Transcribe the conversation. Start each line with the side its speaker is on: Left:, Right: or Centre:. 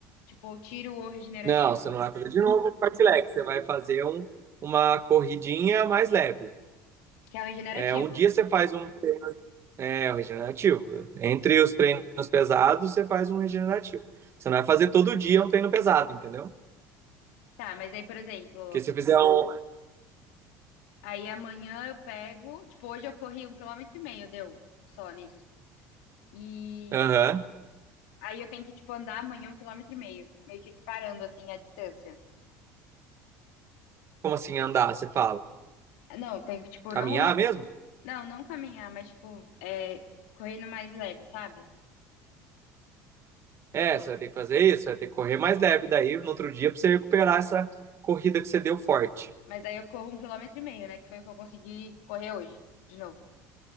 Left: Tipo, ou tiro o regenerativo.
Right: Não, você não vai fazer de novo um fartlek, você vai fazer um, uma corridinha mais leve.
Left: Que é o regenerativo.
Right: É, um dia você faz um, é, um regenerativo. Entre os treinos pesados, você faz um regenerativo. Você não vai fazer todo dia um treino pesado, entendeu?
Left: Tá, mas aí, por exemplo,
Right: Porque se fizer um.
Left: aí amanhã eu pego. Tipo, hoje eu corri um quilômetro e meio, deu só nisso. E
Right: Aham.
Left: aí eu tenho que, tipo, andar amanhã um quilômetro e meio. Meio que parando, assim, a distância.
Right: Como assim andar? Você fala.
Left: Não, tenho que, tipo,
Right: Caminhar
Left: não, não,
Right: mesmo?
Left: não não caminhar, mas, tipo, é, correndo mais leve, sabe?
Right: É, você vai ter que fazer isso, você vai ter que correr mais leve daí no outro dia para você recuperar essa corrida que você deu forte.
Left: Mas aí eu corro um quilômetro e meio, né? Que foi o que eu consegui correr hoje, de novo.